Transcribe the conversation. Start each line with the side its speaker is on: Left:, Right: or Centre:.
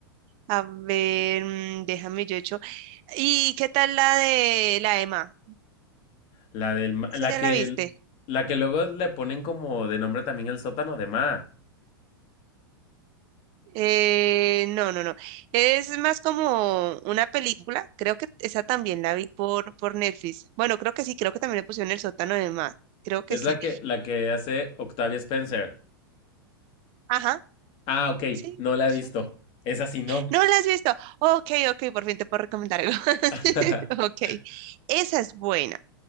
Right: A ver, mm, déjame yo hecho. ¿Y qué tal la de la Emma?
Left: La del ma-
Right: ¿Esa
Left: la
Right: ya
Left: que
Right: la viste?
Left: la que luego le ponen como de nombre también el sótano de Ma.
Right: Eh, no, no, no. Es más como una película. Creo que esa también la vi por, por Netflix. Bueno, creo que sí, creo que también le pusieron el sótano de Emma. Creo que
Left: Es
Right: sí.
Left: la que la que hace Octavia Spencer.
Right: Ajá,
Left: Ah, ok,
Right: sí.
Left: no la
Right: sí.
Left: he visto. Esa sí no.
Right: No la has visto. Ok, ok, por fin te puedo recomendar algo. <laughs>
Left: <laughs>
Right: Ok, esa es buena.